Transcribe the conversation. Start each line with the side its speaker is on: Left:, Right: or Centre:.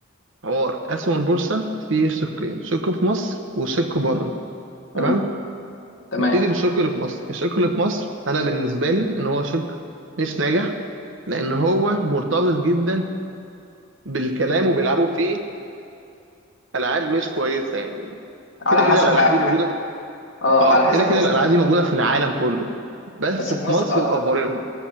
Right: حوار اسهم البورصه فيه شقين شق في مصر وشق بره
Left: مم.
Right: تمام؟
Left: تمام
Right: نبتدي بالشق اللي في مصر الشق اللي في مصر انا بالنسبه لي ان هو شق مش ناجح لان هو مرتبط جدا بالكلام وبيلعبوا فيه العاب مش كويسه يعني
Left: على
Right: كده كده
Left: حسب
Right: الالعاب
Left: بقى
Right: دي موجوده في...
Left: اه
Right: اه
Left: على حسب
Right: كده كده
Left: بس
Right: الالعاب دي موجوده في العالم كله بس
Left: بس
Right: في
Left: في مصر
Right: مصر
Left: اكتر
Right: مقفرينها